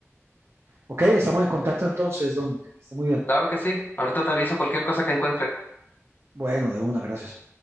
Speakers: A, on the right; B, on the left.
A: Ok, estamos en contacto entonces, Dominic. Está muy bien.
B: Claro que sí. Ahorita te aviso cualquier cosa que encuentre.
A: Bueno, de una, gracias.